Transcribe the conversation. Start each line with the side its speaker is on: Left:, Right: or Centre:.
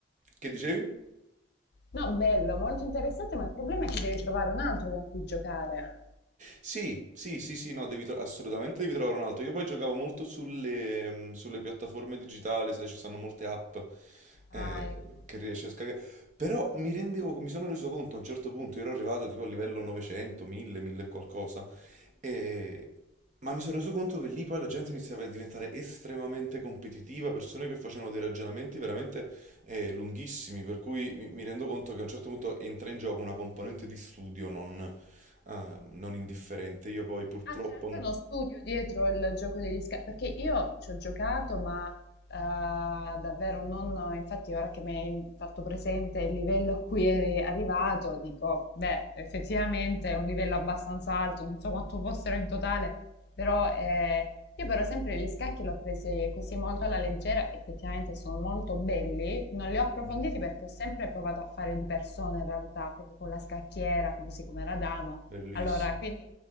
Right: Che dicevi?
Left: No, bello, molto interessante, ma il problema è che devi trovare un altro con cui giocare.
Right: Sì, sì, sì, sì, no, devi tro- assolutamente devi trovare un altro. Io poi giocavo molto sulle, mm, sulle piattaforme digitali, sai, ci sono molte app eh,
Left: Ah, ecco.
Right: che riesci a scaricare. Però mi rendevo, mi sono reso conto a un certo punto, ero arrivato tipo a livello 900, 1000, 1000 e qualcosa. E- Ma mi sono reso conto che lì poi la gente iniziava a diventare estremamente competitiva, persone che facevano dei ragionamenti veramente eh, lunghissimi, per cui mi, mi rendo conto che a un certo punto entra in gioco una componente di studio non, eh, non indifferente. Io poi purtroppo...
Left: Ah, c'è anche
Right: non-
Left: uno studio dietro il gioco degli scafi, perché io ci ho giocato, ma eh, davvero non, infatti ora che mi hai fatto presente il livello a cui eri arrivato, dico, beh, effettivamente è un livello abbastanza alto, non so quanto fossero in totale, però eh, io per esempio gli scacchi l'ho presi così molto alla leggera, effettivamente sono molto belli, non li ho approfonditi
Right: Mhm.
Left: perché ho sempre provato a fare di persona in realtà, proprio con la scacchiera, così come era dama,
Right: Bellissimo.
Left: allora quindi...